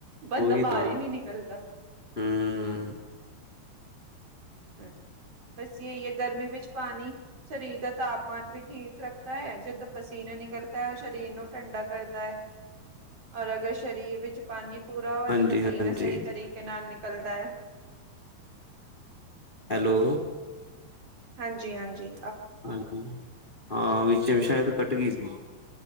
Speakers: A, on the right; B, on the left.
A: ਬੰਦਾ
B: ਉਹੀ
A: ਬਾਹਰ
B: ਤਾਂ
A: ਈ ਨੀ ਨਿਕਲਦਾ।
B: ਹੂੰ।
A: ਹਾਂਜੀ ਬਸ ਜਹੀ ਹੈ ਗਰਮੀ ਵਿੱਚ ਪਾਣੀ ਸਰੀਰ ਦਾ ਤਾਪਮਾਨ ਵੀ ਠੀਕ ਰੱਖਦਾ ਹੈ ਜਦੋਂ ਪਸੀਨਾ ਨਿਕਲਦਾ ਹੈ ਉਹ ਸਰੀਰ ਨੂੰ ਠੰਡਾ ਕਰਦਾ ਹੈ। ਔਰ ਅਗਰ ਸਰੀਰ ਵਿੱਚ ਪਾਣੀ ਪੂਰਾ ਹੋਵੇ
B: ਹਾਂਜੀ-ਹਾਂਜੀ
A: ਤਾਂ ਪਸੀਨਾ ਸਹੀ ਤਰੀਕੇ ਨਾਲ ਨਿਕਲਦਾ ਹੈ।
B: ਹੈਲੋ।
A: ਹਾਂਜੀ-ਹਾਂਜੀ।
B: ਹਾਂਜੀ ਹਾਂ ਵਿੱਚ ਸ਼ਾਇਦ ਕੱ <unintelligible> ਟ ਗਈ ਸੀ